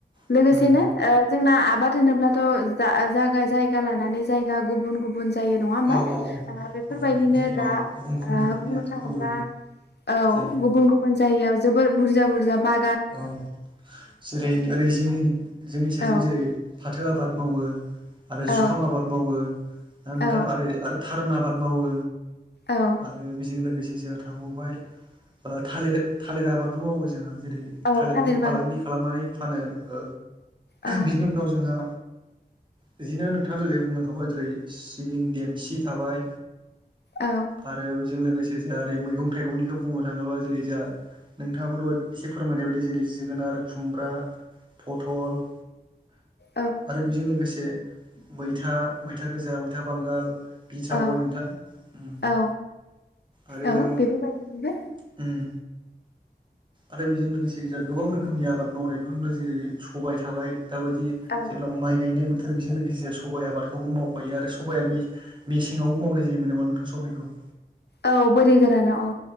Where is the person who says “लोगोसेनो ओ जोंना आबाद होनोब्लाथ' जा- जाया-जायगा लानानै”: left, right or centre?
Left